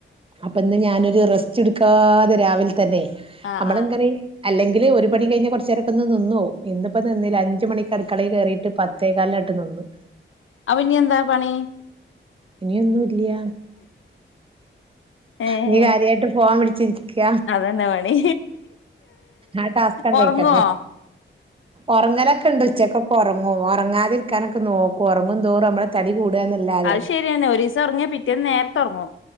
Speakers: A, on the right; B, on the left.
A: അപ്പൊ ഇന്ന് ഞാനൊരു റെസ്റ്റ് എടുക്കാതെ രാവിലെ തന്നെ
B: ആഹ്
A: നമ്മള്
B: ആഹ്
A: ഇങ്ങനെ അല്ലെങ്കില് ഒരു പണി കഴിഞ്ഞാ കുറച്ചു നേരക്കൊ ഒന്ന് നിന്നോവും ഇന്നിപ്പോ നിന്നില്ല അഞ്ച് മണിക്ക് അടുക്കളയിൽ കയറിയിട്ട് പത് ത്തേകാലാട്ട് നിന്ന്
B: അവ് ഇനി എന്താ പണി
A: ഇനിയൊന്നും ഇല്യ
B: ഏഹ്
A: ഇനി കാര്യവായിട്ട് ഫോൺ പിടിച്ചിരിക്ക
B: അതന്നെ പണി
A: ആഹ് ടാസ്കങ്‌
B: ഒറങ്ങുവോ
A: കഴിക്കണ്ടേ ഒറങ്ങലൊക്കെ ഉണ്ട് ഉച്ചക്കൊക്ക ഒറങ്ങും ഒറങ്ങാതിരിക്കാനൊക്കെ നോക്കും ഒറങ്ങും തോറും നമ്മളെ തടി കൂടുകന്നല്ലാതെ
B: അത് ശരിയന്നെ ഒരീസം ഒറങ്ങിയ പിറ്റേന്ന് നേരത്തെ ഒറങ്ങും